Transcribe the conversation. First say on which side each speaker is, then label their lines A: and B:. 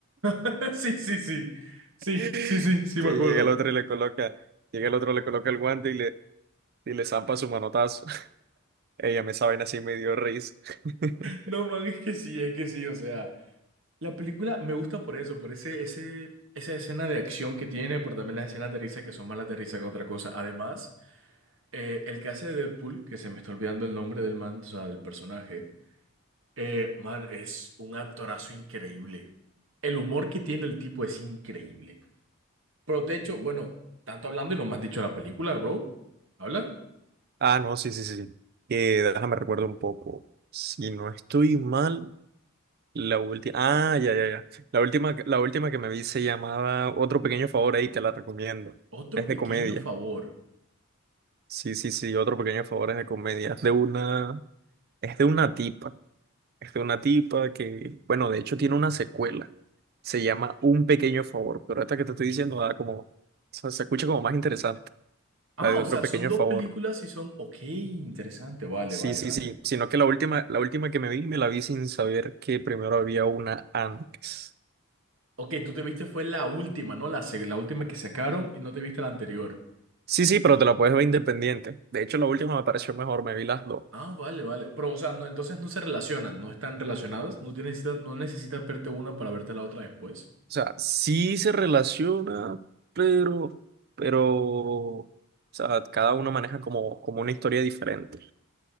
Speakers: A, on the right (about 60°); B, on the right (about 45°).
A: <laughs> Sí, sí, sí, sí,
B: Que
A: sí, sí, sí, sí, me
B: llega
A: acuerdo.
B: el otro y le coloca, llega el otro, le coloca el guante y le, y le zampa su manotazo. <laughs> Ella me esa así me dio risa. <laughs>
A: No, man, es que sí, es que sí, o sea. La película me gusta por eso, por ese, ese, esa escena de acción que tiene, pero también las escenas de risa que son más las de risa que otra cosa. Además, eh, el que hace de Deadpool, que se me está olvidando el nombre del man, o sea, del personaje, eh, man, es un actorazo increíble. El humor que tiene el tipo es increíble. Pero de hecho, bueno, tanto hablando y no me has dicho la película, bro. ¿Habla?
B: Ah, no, sí, sí, sí. Eh, déjame recuerdo un poco. Si no estoy mal, la última. Ah, ya, ya, ya. La última, que- la última que me vi se llamaba Otro Pequeño Favor, ahí te la recomiendo.
A: Otro
B: Es
A: pequeño
B: de comedia.
A: favor.
B: Sí, sí, sí, Otro Pequeño Favor es de comedia. Es de una, es de una tipa. Es de una tipa que, bueno, de hecho tiene una secuela. Se llama Un Pequeño Favor, pero esta que te estoy diciendo da como, o sea, se escucha como más interesante,
A: Ah,
B: la de
A: o
B: Otro
A: sea,
B: Pequeño
A: son dos
B: Favor.
A: películas y son, ok, interesante, vale,
B: Sí,
A: vale,
B: sí,
A: vale.
B: sí, sino que la última, la última que me vi, me la vi sin saber que primero había una antes.
A: Ok, tú te viste fue la última, ¿no? La, se- la última que sacaron y no te viste la anterior.
B: Sí, sí, pero te la puedes ver independiente. De hecho, la última me pareció mejor, me vi las dos.
A: Ah, vale, vale. Pero, o sea, no, entonces no se relacionan, no están relacionadas, no tienes, no necesitas verte una para verte la otra después.
B: O sea, sí se relaciona, pero, pero, o sea, cada uno maneja como, como una historia diferente.